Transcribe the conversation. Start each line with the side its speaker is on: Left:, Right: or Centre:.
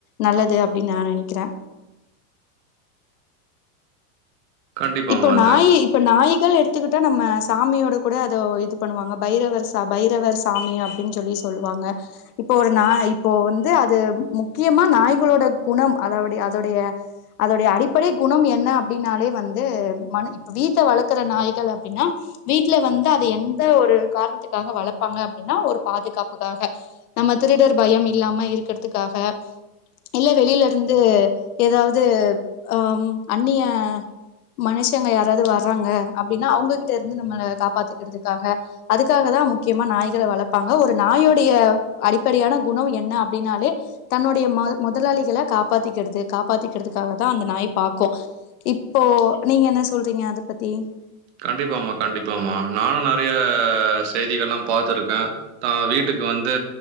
Left: நல்லது அப்படின்னு நான் நெனைக்கறா
Right: கண்டிப்பாம்மா
Left: இப்போ
Right: அது.
Left: நாய் இப்ப நாய் மக்கள் எடுத்துக்கிட்டா நம்ம சாமியோட கூட அதோ இது பண்ணுவாங்க பைரவர் ச பைரவர் சாமி அப்படின்னு சொல்லி சொல்லுவாங்க இப்போ ஒரு நா இப்போ வந்து அது முக்கியமா நாய்களோட குணம் அதட அதோடைய அதோடைய அடிப்படை குணம் என்ன அப்படின்னாலே வந்து வந்து மன்னு இப்ப வீட்டை வளர்க்குற நாய்கள் அப்படின்னா வீட்டுல வந்து அதை எந்த ஒரு காரணத்துக்காக வளர்ப்பாங்க அப்படின்னா ஒரு பாதுகாப்புக்காக நம்ம திருடர் பயம் இல்லாம இருக்கிறதுக்காக இல்ல வெளியில இருந்து ஏதாவது அ அந்நிய மனுஷங்க யாராவது வர்றாங்க அப்படின்னா அவங்ககிட்ட இருந்து நம்மளை காப்பாத்தக்கிறதுக்காக அதுக்காக தான் முக்கியமா நாய்களை வளர்ப்பாங்க ஒரு நாயுடைய அடிப்படையான குணம் என்ன அப்படின்னாலே தன்னுடைய ம முதலாளிகளை காப்பாத்திக்கிறது காப்பாத்திக்கிறதுக்காக தான் அந்த நாய் பாக்கும் இப்போ நீங்க என்ன சொல்றீங்க அத பத்தி
Right: கண்டிப்பாமா கண்டிப்பாம்மா நானும் நிறைய செய்திகள்ல்லா பார்த்தருக்கேன் தா வீட்டுக்கு வந்து